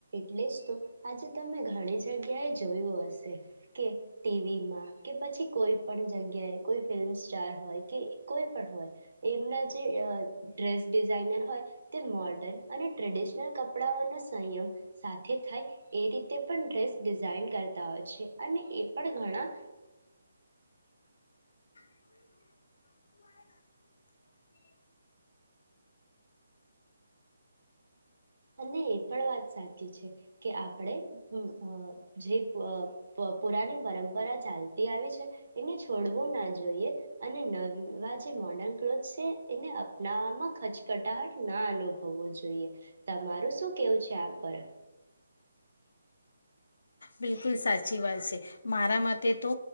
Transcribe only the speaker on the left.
<inaudible>
બિલકુલ સાચી વાત છે. મારા માટે તો